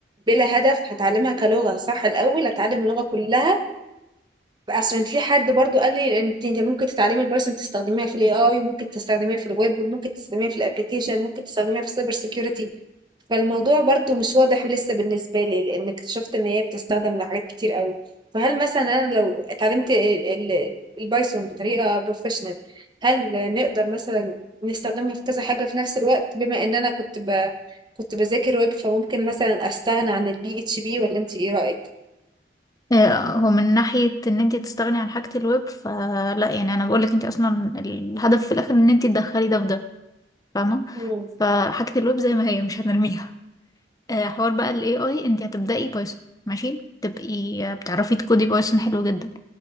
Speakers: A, on the right; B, on the left.
A: بلا هدف، هاتعلمها كلغة صح الأول، هاتعلم اللغة كلها اصلا في حد برضو قال لي انت انت ممكن تتعلمي البايثون تستخدميها في الاي اي وممكن تستخدميها في الويب وممكن تستخدميها في الابلكيشن ممكن تستخدميها في السايبر سيكيورتي فالموضوع برضو مش واضح لسه بالنسبه لي لان اكتشفت ان هي بتستخدم لحاجات كتير قوي فهل مثلا انا لو اتعلمت ال- ال- البايثون بطريقه بروفيشنال هل نقدر مثلا نستخدمها في كذا حاجه في نفس الوقت بما ان انا كنت ب... كنت بذاكر ويب فممكن مثلا استغنى عن البي اتش بي ولا انت ايه رايك
B: آه، هو من ناحية ان انتي تستغني عن حاجة الويب فلا يعني انا بقولك انتي اصلا الهدف في الاخر ان انتي تدخلي ده في ده فاهمة
A: مم.
B: فحاجة الويب زي ما هي مش هنرميها آه، حوار بقى ال AI انت هتبدأي بايثون ماشي تبقي آه، بتعرفي تكودي بايثون حلو جدا